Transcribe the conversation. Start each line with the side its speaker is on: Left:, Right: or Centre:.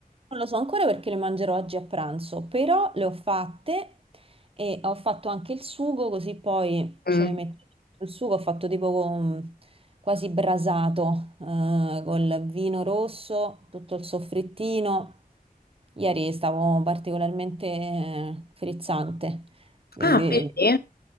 Right: Non lo so ancora perché le mangerò oggi a pranzo, però le ho fatte e ho fatto anche il sugo, così poi
Left: Mm.
Right: ce le metto. Il sugo ho fatto tipo con- quasi brasato, eh, col vino rosso, tutto il soffrittino. Ieri stavo particolarmente eh, frizzante, quindi...
Left: Ah, vedi?